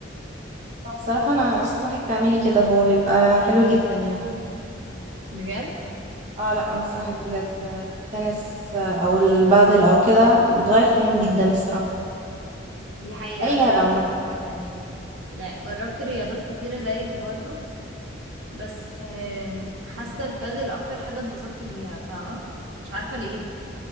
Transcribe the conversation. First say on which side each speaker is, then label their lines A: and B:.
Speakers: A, on the right; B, on the right.
A: طب بصراحة أنا أنصحك تعملي كده هو بيبقى حلو جدا يعني
B: بجد
A: اه لا أنصحك بجد التنس أو البادل أو كده بتغير في المود جدا الصراحة
B: دي حقيقة
A: أي
B: انا
A: لعبة
B: فعلا
A: عامة يعني.
B: يعني لا جربت رياضات كتيرة زيك برضو بس آم، حاسة البادل اكتر حاجة اتبسطت بيها فاهمة مش عارفة ليه